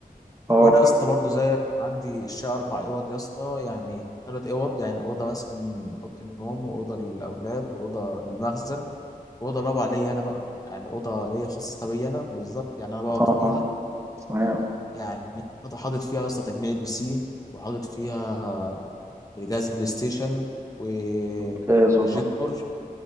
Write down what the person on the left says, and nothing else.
وانا
يا اسطى برضه زيك عندي الشقه اربع اوض يا اسطى يعني ثلاث اوض يعني اوضه مثلا اوضه النوم واوضه للاولاد واوضه للمخزن واوضه رابعه ليا انا بقى يعني اوضه ليا خاصه بيا انا بالظبط يعني انا بقعد
فيها
يعني حاطط فيها يا اسطى تجميع بي سي وحاطط فيها جهاز بلاي ستيشن وبروجيكتور